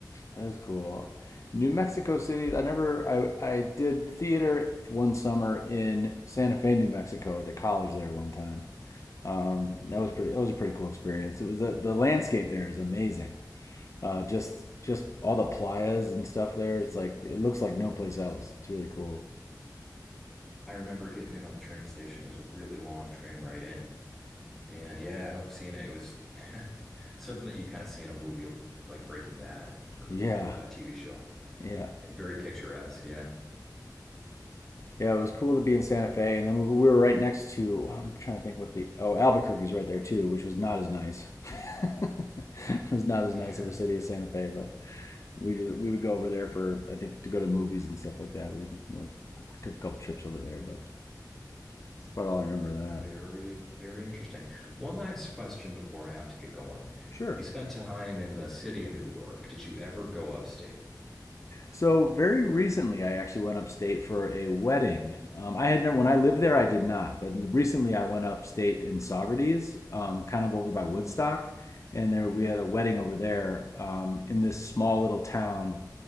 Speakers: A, on the left; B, in the centre.
A: that is cool. New Mexico City. I never. I I did theater one summer in Santa Fe, New Mexico, at the college there one time um, that
B: Yeah.
A: was pretty. That was a pretty cool experience. It was the the landscape there is amazing. Uh, just just all the playas and stuff there. It's like it looks like no place else. It's really cool.
B: I remember getting in on the train station. It was a really long train ride in. And yeah, no, seeing it, it was <laughs> something that you kind of see in a movie like Breaking Bad or
A: Yeah,
B: a TV show.
A: yeah,
B: Very picturesque, yeah.
A: yeah. It was cool to be in Santa Fe, and then we, we were right next to. I'm trying to think what the oh Albuquerque's right there too, which was not as nice. <laughs> it was not as
B: Yeah.
A: nice of a city as Santa Fe, but we just, we would go over there for I think to go to movies and stuff like that. We went, took a couple trips over there, but that's about all I remember of
B: <laughs>
A: that.
B: Very, very interesting. One last question before I have to get going.
A: Sure.
B: You spent time in the city of New York. Did you ever go upstate?
A: So very recently, I actually went upstate for a wedding. Um, I had never, when I lived there, I did not, but recently I went upstate in Saugerties, um, kind of over by Woodstock,
B: Mm,
A: and there
B: mm.
A: we had a wedding over there um, in this small little town.